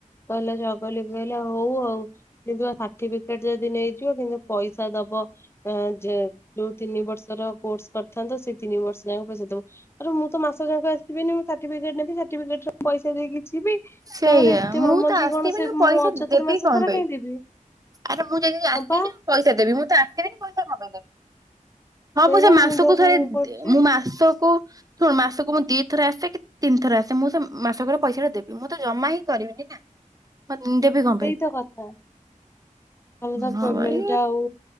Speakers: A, on the left; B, on the right.
A: କହିଲେ ଜଗଲି କହିଲ ହଉ ଆଉ କିନ୍ତୁ ସାର୍ଟିଫିକେଟ ଯଦି ନେଇଯିବ, କିନ୍ତୁ ପଇସା ଦବ ଵ ଏଁ ଜେ ଯୋଉ ତିନି ବର୍ଷର କୋର୍ସ କରିଥାନ୍ତ ସେଇ ତିନି ବର୍ଷ ଜାକ ପଇସା ଦବ। ମୁଁ ତ ମାସ ଯାକ ଆସିିବିନି ମୁଁ ସାର୍ଟିିବିକେଟ ନେବିା ସାର୍ଟିବିକେଟର ପଇସା ଦେଇକି ଯିବି
B: ସେଇଆ
A: ତମର ଏତେ
B: ମୁଁ
A: ମାମଲତି
B: ତ ଆସିବିନି
A: କଣ ସେ
B: ପଇସା
A: ମୁଁ ଅଯଥାରେ
B: ଦେବି
A: ମାସସାରା
B: କଣ ପାଇଁ
A: କାଇଁ ଦେବି।
B: ଆରେ ମୁଁ ଯଦି ଆସିଲି
A: ହଁ ବା
B: ପଇସା ଦେବି ମୁଁ ତ ଆସିବିନି ପଇସା କଣପାଇଁ ଦେବି। ହଁ
A: ସେଇ
B: ମୁଁ ସେ
A: ବା
B: ମାସକୁ
A: ମୁଣ୍ଡ ଖରାପ
B: ଥରେ
A: କରୁଛି
B: ମୁଁ ମାସକୁ ଶୁଣ ମାସକୁ ମୁଁ ଦିଥର ଆସେ କି ତିନି ଥର ଆସେ ମୁଁ ସେ ମାସକରେ ପଇସା ଟା ଦେବି। ମୁଁ ତ ଜମା ହିଁ କରିବିନି ନା। ହଁ ଦେବି କଣ ପାଇଁ।
A: ସେଇତ କଥା କାହିଁକିନା
B: ହଁ
A: ପେମେଣ୍ଟା
B: ଭାଇ।
A: ଆଉ